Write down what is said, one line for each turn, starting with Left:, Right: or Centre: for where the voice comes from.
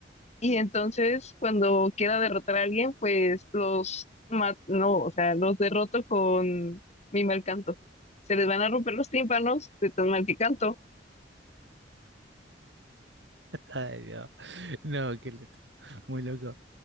Left: Y entonces, cuando quiera derrotar a alguien, pues los ma- no, o sea, los derroto con mi mal canto. Se les van a romper los tímpanos de tan mal que canto.
Right: Ay, no. No, qué loco. Muy loco.